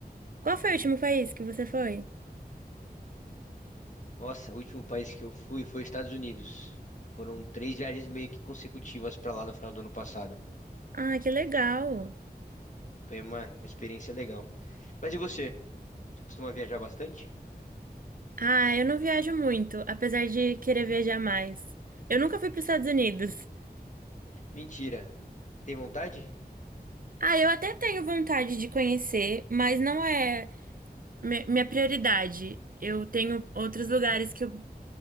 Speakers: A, on the right; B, on the left.
A: Qual foi o último país que você foi?
B: Nossa, o último país que eu fui foi Estados Unidos. Foram três viagens meio que consecutivas para lá no final do ano passado.
A: Ah, que legal.
B: Foi uma, uma experiência legal. Mas e você? Você costuma viajar bastante?
A: Ah, eu não viajo muito, apesar de querer viajar mais. Eu nunca fui para os Estados Unidos.
B: Mentira. Tem vontade?
A: Ah, eu até tenho vontade de conhecer, mas não é mi- minha prioridade. Eu tenho outros lugares que eu